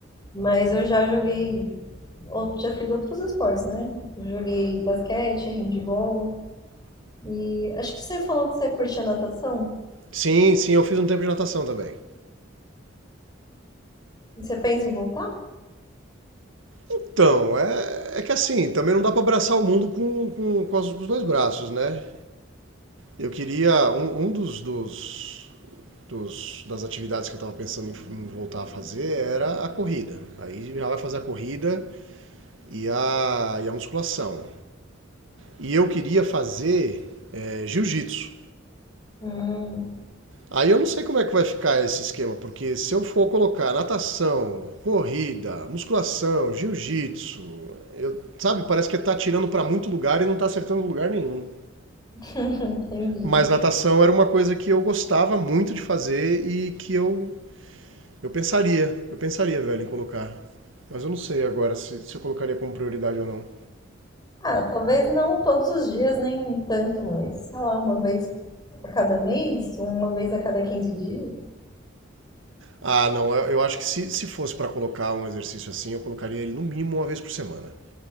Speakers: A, on the left (about 20°); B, on the right (about 75°).
A: Mas eu já joguei, ou- já fiz outros esportes, né? Eu joguei basquete, handball e acho que você falou que você curte a natação.
B: Sim, sim, eu fiz um tempo de natação também.
A: E você pensa em voltar?
B: Então, é, é que assim, também não dá para abraçar o mundo com, com, com os, com os dois braços, né? Eu queria. Um, um dos, dos, dos- das atividades que eu estava pensando em, em voltar a fazer era a corrida. Aí já vai fazer a corrida e a, e a musculação. E eu queria fazer é, jiu-jitsu.
A: Hum,
B: Aí eu não sei como é que vai ficar esse esquema, porque se eu for colocar natação, corrida, musculação, jiu-jitsu, eu- sabe, parece que tá tirando para muito lugar e não tá acertando lugar nenhum.
A: <laughs> entendi.
B: Mas natação era uma coisa que eu gostava muito de fazer e que eu, eu pensaria, eu pensaria, velho, em colocar. Mas eu não sei agora se, se eu colocaria como prioridade ou não.
A: Ah, talvez não todos os dias, nem tanto, mas sei lá, uma vez a cada mês, uma vez a cada 15 dias.
B: Ah, não, eu, eu acho que se, se fosse para colocar um exercício assim, eu colocaria ele no mínimo uma vez por semana.